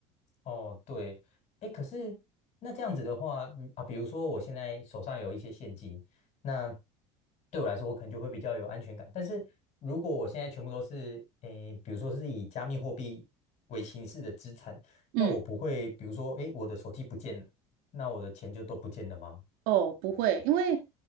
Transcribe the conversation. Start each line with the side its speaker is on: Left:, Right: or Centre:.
Left: 哦，对，哎，可是那这样子的话，嗯啊，比如说我现在手上有一些现金，那对我来说，我可能就会比较有安全感。但是如果我现在全部都是，诶，比如说是以加密货币为形式的资产，
Right: 嗯，
Left: 那我不会，比如说，诶，我的手机不见了，那我的钱就都不见了吗？
Right: 哦，不会，因为